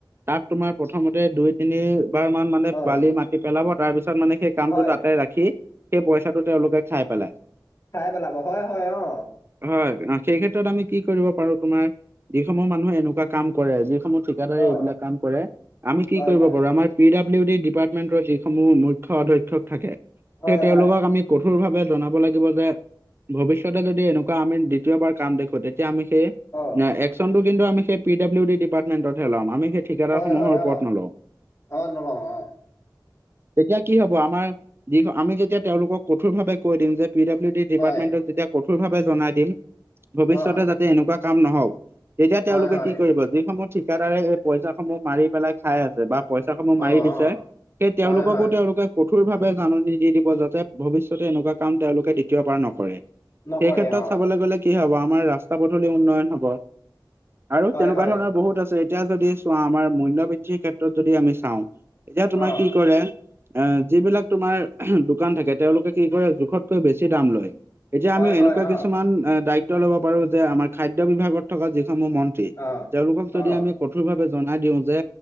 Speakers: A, on the right; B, on the left.
A: তাত তোমাৰ প্ৰথমতে দুই তিনিবাৰ মান মানে
B: অ
A: বালি মাতি পেলাব তাৰ পিছত মানে। সেই কামটো
B: হয়
A: তাতে ৰাখি সেই পইচাটো তেওঁলোকে খাই পেলাই।
B: খাই পেলাব হয়-হয় অ,
A: হয়, সেই ক্ষেত্ৰত আমি কি কৰিব পাৰো তোমাৰ যিসমূহ মানুহে এনেকুৱা কাম কৰে যিসমূহ ঠিকাদৰে
B: অ
A: এইবিলাক কাম কৰে, আমি কি
B: হয়
A: কৰিব
B: হয়
A: পাৰো আমাৰ পি ডাব্লিউ ডি ডিপাৰ্টমেন্টৰ যিসমূহ মুখ্য অধ্যক্ষক থাকে। সেই
B: হয়
A: তেওঁলোকক
B: হয়
A: আমি কঠোৰভাৱে জনাব লাগিব যে ভৱিষ্যতে যদি এনেকুৱা আমি দ্বিতীয়বাৰ কাম দেখো, তেতিয়া আমি সেই
B: অ
A: এক একচন কিন্তু আমি সেই পি ডাবলি ডিাৰ্টমেটতহে' লম আমি। ঠিকাদাৰসমূহৰ
B: হয়-হয়
A: ওপৰত
B: অ,
A: নলওঁ
B: হয় নহয়।
A: তেতিয়া কি হব, আমাৰ যি আমি যেতিয়া তেওঁলোকক কঠোৰ ভাৱে কৈ দিম যে পি ডাব্লিউ ডি। ডিপাৰ্টমেন্টক
B: হয়
A: যেতিয়া কঠোৰ ভাৱে জনাই দিম ভৱিষ্যতে
B: অ
A: যাতে এনেকুৱা কাম নহওক। তেতিয়া তেওঁলোকে
B: হয় হয়
A: কি কৰিব যিসমূহ ঠিকাদাৰে এই পইচা সমূহ মাৰি পেলাই খাই আছে বা, পইচা সমূহ
B: অ
A: মাৰি দিছে
B: অ
A: সেই তেওঁলোককো
B: হয় হয়
A: তেওঁলোকে, কঠোৰ ভাৱে জাননী দি দিব যাতে ভৱিষ্যতে এনেকুৱা কাম তেওঁলোকে দ্বিতীয় পাৰ নকৰে।
B: নকৰে
A: সেই ক্ষেত্ৰত
B: অ
A: চাবলৈ গলে কি হব আমাৰ ৰাস্তা পদূলি উন্নয়ন হব। আৰু
B: হয়
A: তেনেকুৱা
B: হয়
A: ধৰণৰ বহুত আছে এতিয়া যদি চোৱা আমাৰ মূল্য বৃদ্ধিৰ ক্ষেত্ৰত যদি আমি চাওঁ, এতিয়া তোমাৰ
B: অ
A: কি কৰে এ যিবিলাক তোমাৰ দোকান থাকে তেওঁলোকে কি কৰে জোখতকৈ বেছি দাম লয়? এতিয়া
B: হয়
A: আমি
B: হয়
A: এনেকুৱা
B: অ
A: কিছুমান দায়িত্ব ল'ব পাৰো, যে আমাৰ খাদ্য বিভাগত থকা যিসমূহ মন্ত ন্ত্ৰী
B: অ
A: তেওঁলোকক যদি
B: অ
A: আমি কঠোৰ ভাৱে জনাই দিও যে